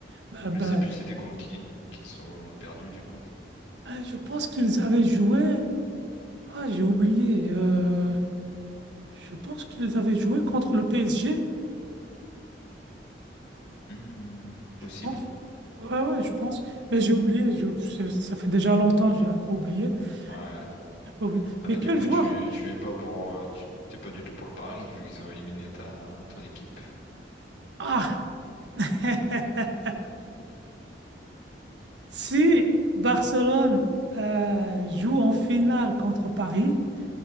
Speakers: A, on the right (about 75°); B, on the left (about 80°).
A: mais
B: Je
A: ben,
B: sais plus c'était contre qui, qui sont perdus du coup.
A: euh, je pense qu'ils avaient joué. Ah, j'ai oublié. euh, je pense qu'ils avaient joué contre le PSG,
B: Hmm,
A: je
B: possible.
A: pense. Ouais, ouais, je pense. Mais j'ai oublié. je- ça ça fait déjà longtemps, j'ai un peu oublié.
B: Ouais.
A: j'ai un peu oublié.
B: Ah
A: Mais
B: bah du
A: quel
B: coup,
A: joueur?
B: tu, tu es pas pour, euh, tu- t'es pas du tout pour le pari vu qu'ils ont éliminé ta, ton équipe.
A: Ah, <laughs> si Barcelone euh, joue en finale contre Paris,